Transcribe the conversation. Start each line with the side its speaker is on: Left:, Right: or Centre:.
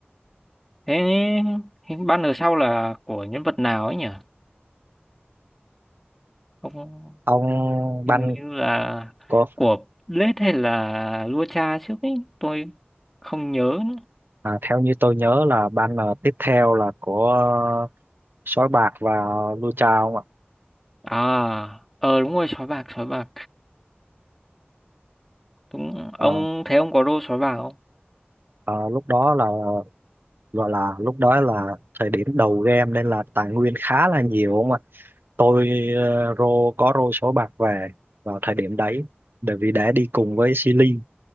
Centre: Thế hình banner sau là của nhân vật nào ấy nhỉ? Không
Right: Ông
Centre: hình
Right: Ban
Centre: như là
Right: có
Centre: của Blade hay là Lua Cha trước ấy, tôi không nhớ nữa.
Right: À, theo như tôi nhớ là banner tiếp theo là của ờ, Sói Bạc và Lui Chao không ạ?
Centre: à ờ đúng rồi sói bạc sói bạc đúng
Right: Ờ,
Centre: ông thấy ông có đô sói bạc không
Right: ờ, lúc đó là gọi là lúc đó là thời điểm đầu game nên là tài nguyên khá là nhiều không ạ tôi ờ, rô có rô số bạc về vào thời điểm đấy bởi vì đã đi cùng với Silly